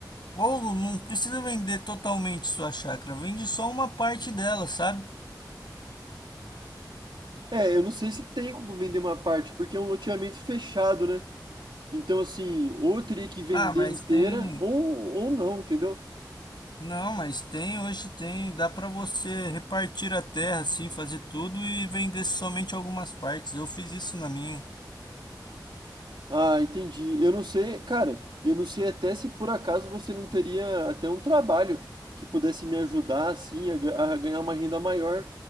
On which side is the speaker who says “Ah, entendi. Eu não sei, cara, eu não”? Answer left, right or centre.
Right